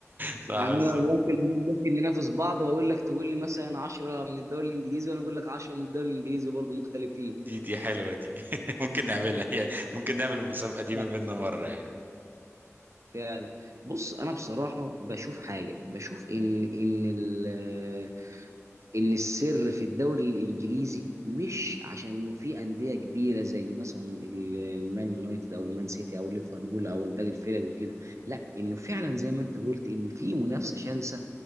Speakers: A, on the right; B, on the right.
A: صح
B: يعني
A: بالظبط
B: انا ممكن ممكن ننافس بعض واقول لك تقول لي مثلا 10 من الدوري الانجليزي وانا اقول لك 10 من الدوري الانجليزي برضه مختلفين
A: دي دي حلوة دي <laughs> ممكن نعملها يعني ممكن نعمل المسابقة دي
B: فعلا
A: ما بيننا مرة يعني
B: فعلا بص انا بصراحه بشوف حاجه بشوف ان ان ال- ان السر في الدوري الانجليزي مش عشان انه في انديه كبيره زي مثلا ال- المان يونايتد او المان سيتي او ليفربول او باقي الفرق وكده لا انه فعلا زي ما انت قلت ان في منافسه شرسه